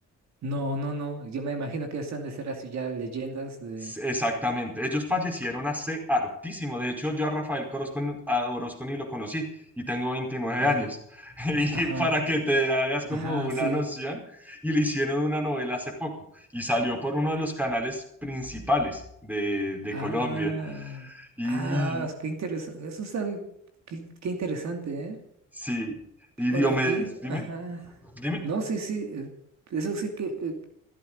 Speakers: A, on the right; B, in the centre.
A: no, no, no, yo me imagino que esas han de ser así ya leyendas de...
B: S- Exactamente, ellos fallecieron hace hartísimo. De hecho, yo a Rafael Corozco, a Orozco ni lo conocí y tengo 29
A: Ah,
B: años. <laughs>
A: ajá,
B: Y para que te hagas
A: ajá,
B: como una
A: sí.
B: noción, y le hicieron una novela hace poco y salió por uno de los canales principales de, de
A: Ah,
B: Colombia. Y
A: ah, qué interesante. Eso está, bi- qué, qué interesante, ¿eh?
B: sí, y
A: Por
B: Diomedes,
A: aquí,
B: dime,
A: ajá.
B: dime,
A: No, sí, sí. eh, Eso sí que eh,